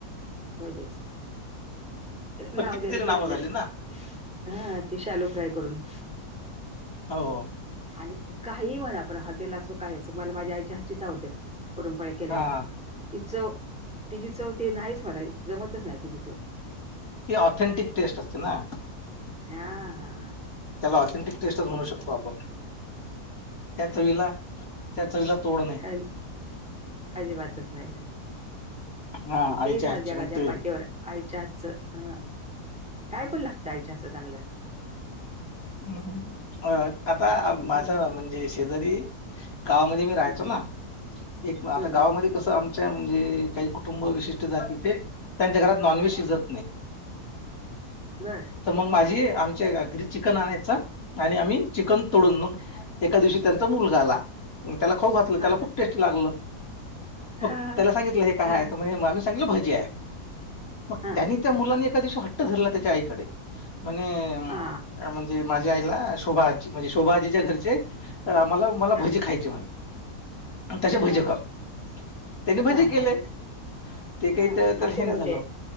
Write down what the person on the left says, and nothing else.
पण
कितीतरी
नावं
झाली ना
हो.
हा
ती ऑथेंटिक टेस्ट असतेना.
त्याला ऑथेंटिक टेस्टच म्हणू
शकतो आपण त्या चवीला, त्या चवीला तोड नाही
हा
आईच्या
हातची
मग ते
हम्म आता
माझा म्हणजे शेजारी गावामध्ये मी राहायचोना
एक आता
गावामध्ये कसं आमच्या म्हणजे काही कुटुंब विशिष्ट जातीचे त्यांच्या घरात नॉनव्हेज शिजत नाही.
तर मग माझी आमच्या घरी चिकन आणायच आणि आम्ही चिकन तोडून मग एका दिवशी त्यांचा मुलगा आला त्याला खाऊ घातलं
त्याला खूप टेस्टी लागलं.
मग त्याला सांगितलं हे काय
म्हणे भजे आहे
त्यांनी त्या मुलानी एका दिवशी हट्ट धरला त्याच्या आईकडे म्हणे
म्हणजे माझ्या आईला शोभाजी म्हणजे शोभाजीच्या घरचे मला मला
भजी खायचे म्हणे तसे
भजे कर. त्यानी भजी
केले
ते काही
त्या त्याला
हेन
झालं